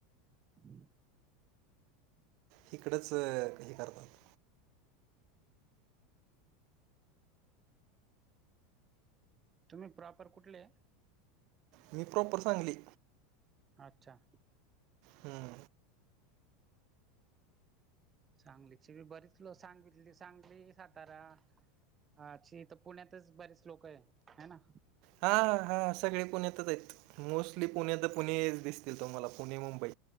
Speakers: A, on the right (about 25°); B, on the right (about 55°).
A: ह
B: तिकडंच कही करतात
A: तुम्ही प्रॉपर कुठले
B: मी प्रॉपर सांगली
A: अच्छा
B: हम्म
A: सांगलीची बी बरीच लो सांगितली त सांगली सातारा हा अ्छ तर पुण्यातच बरेच लोक आहे ह ना
B: हा हा सगळे पुण्यातच आहेत मोस्टली पुण्यात पुणे दिसतील तुम्हाला पुणे मुंबई